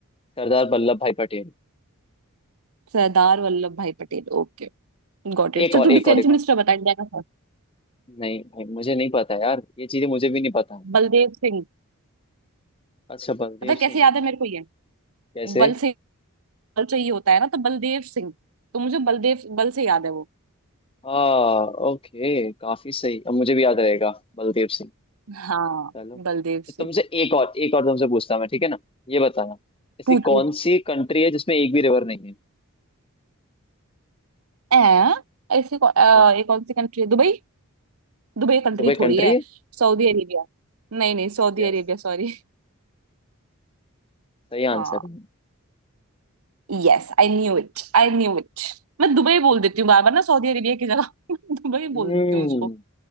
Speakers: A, on the left (about 25°); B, on the right (about 75°).
A: सरदार वल्लभ भाई पटेल
B: सरदार Vallabhbhai Patel okay Got
A: एक
B: it चल
A: और
B: तू
A: एक
B: डिफेंस
A: और एक
B: मिनिस्टर
A: और
B: बता इंडिया का था
A: नहीं भाई मुझे नहीं पता यार ये चीजें मुझे भी नहीं पता
B: बलदेव सिंह
A: अच्छा बलदेव
B: पता है कैसे
A: सिंह
B: याद है मेरे को ये
A: कैसे
B: बल से बल चाहिए होता है ना तो बलदेव सिंह तो मुझे बलदेव बल से याद है वो
A: हाँ ओके काफी सही अब मुझे भी याद रहेगा बलदेव सिंह
B: हाँ
A: चलो
B: बलदेव सिंह
A: तो तुमसे एक और एक और तुमसे पूछता हूं मैं ठीक है ना ये बताना ऐसी
B: पूछ पूछ
A: कौन सी कंट्री है जिसमें एक भी रिवर नहीं है
B: ऐ ऐसी कौ- अ,
A: हाँ
B: ये कौन सी कंट्री है दुबई दुबई कंट्री
A: दुबई
B: थोड़ी
A: कंट्री
B: है
A: है
B: Saudi Arabia नहीं नहीं सऊदी
A: यस
B: अरेबिया सॉरी
A: सही
B: हाँ
A: आंसर है
B: Yes I knew it I knew it मैं दुबई बोल देती हूँ बार बार ना सऊदी अरेबिया की जगह <laughs> दुबई
A: हम्म
B: बोल देती हूँ उसको